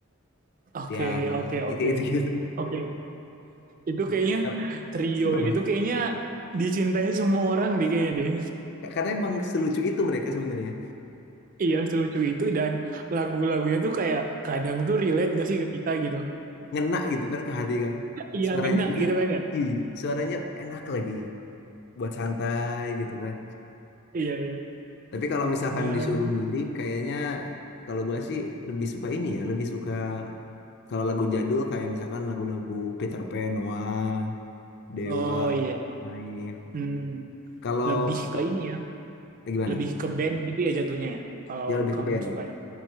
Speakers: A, on the right (about 40°); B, on the left (about 50°).
A: oke,
B: Tiara,
A: oke, oke.
B: ya kayak gitu-gitu.
A: Oke, itu kayaknya
B: <laughs>
A: trio
B: Emang.
A: itu kayaknya dicintai semua orang deh kayaknya deh.
B: Karena emang selucu itu mereka sebenarnya.
A: Iya, selucu itu dan lagu-lagunya tuh kayak kadang tuh relate gak sih ke kita gitu.
B: Ngena gitu kan ke hati kan.
A: Iya,
B: Suaranya
A: ngena
B: juga,
A: gitu kan ya.
B: ih, suaranya enak lagi buat santai gitu kan.
A: Iya, iya.
B: Tapi kalau misalkan
A: Dan,
B: disuruh milih, kayaknya kalau gua sih lebih suka ini ya, lebih suka kalau lagu jadul kayak misalkan lagu-lagu Peter Pan, Noah, Dewa,
A: oh iya. iya.
B: Naif.
A: Hmm,
B: Kalau
A: lebih ke ini ya,
B: eh, gimana?
A: lebih ke band gitu ya jatuhnya ya. Kalau
B: Ya lebih
A: kamu
B: ke band.
A: sukanya.